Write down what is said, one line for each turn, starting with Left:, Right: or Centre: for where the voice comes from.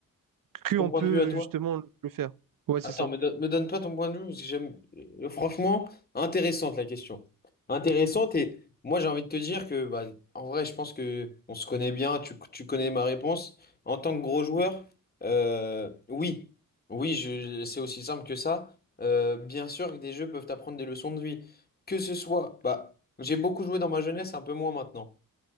Right: que
Left: Ton
Right: on
Left: point
Right: peut
Left: de vue à toi?
Right: justement le faire. Ouais,
Left: Attends,
Right: c'est ça.
Left: me donne, me donne pas ton point de vue, parce que j'aime. euh, Franchement, intéressante la question. Intéressante, et moi j'ai envie de te dire que, bah, en vrai, je pense que on se connaît bien, tu, tu connais ma réponse. En tant que gros joueur, euh, oui, oui, je, c'est aussi simple que ça. Euh, bien sûr que des jeux peuvent t'apprendre des leçons de vie. Que ce soit, bah, j'ai beaucoup joué dans ma jeunesse, un peu moins maintenant.